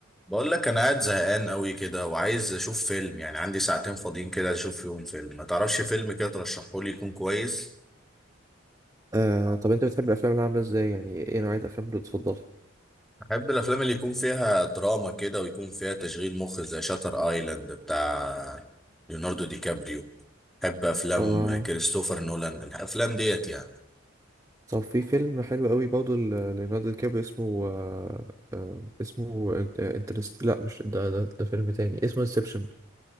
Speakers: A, in the centre; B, on the right (about 15°).
A: بقول لك انا قاعد زهقان قوي كده وعايز اشوف فيلم يعني عندي ساعتين فاضيين كده اشوف فيهم فيلم ما تعرفش فيلم كده ترشحه لي يكون كويس
B: آه طب انت بتحب الافلام اللي عامله ازاي يعني ايه نوعيه الافلام اللي بتفضلها
A: احب الافلام اللي يكون فيها دراما كده ويكون فيها تشغيل مخ زي شاتر ايلاند بتاع ليوناردو دي كابريو احب افلام
B: آه
A: كريستوفر نولان الافلام ديت يعني
B: طب في فيلم حلو قوي برضه ل- ليوناردو دي كابريو اسمه آه آه اسمه انترست لا مش ده ده ده فيلم تاني اسمه انسبشن